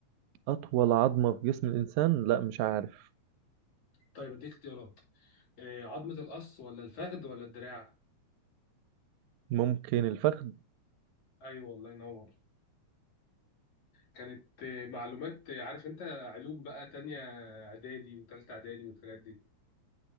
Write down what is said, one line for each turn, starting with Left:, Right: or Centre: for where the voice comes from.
Right: أطول عظمة في جسم الإنسان لا مش عارف
Left: طيب أديك اختيارات إيه عظمة القص ولا الفخذ ولا الدراع؟
Right: ممكن الفخذ
Left: أيوه الله ينور كانت آه، معلومات آه، عارف أنت علوم بقى تانية إعدادي وتالتة إعدادي والحاجات دي